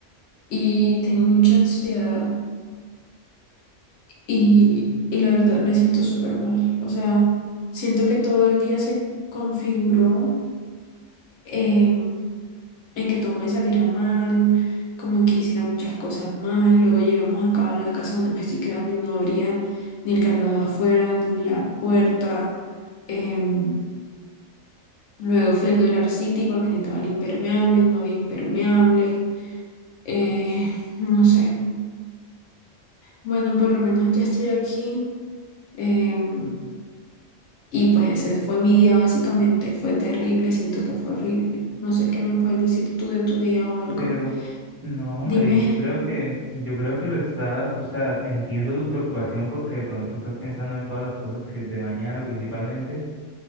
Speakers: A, on the left; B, on the right.
A: y tengo mucha ansiedad. Y, y la verdad me siento súper mal. O sea, siento que todo el día se configuró eh, en que todo me saliera mal, como en que hiciera muchas cosas mal. Luego llegamos acá a la casa donde me estoy quedando y no abría ni el candado afuera, ni la puerta. Em, luego fui al Dollar City porque necesitaban impermeable y no había impermeable. Eh, no sé. Bueno, por lo menos ya estoy aquí. Em, Y pues ese fue mi día básicamente, fue terrible, siento que fue horrible. No sé qué me puedes decir tú de tu día o algo.
B: Pero, no, María,
A: Dime,
B: yo creo que, yo creo que lo estás, o sea, entiendo tu preocupación porque de pronto estás pensando en todas las cosas que de mañana principalmente.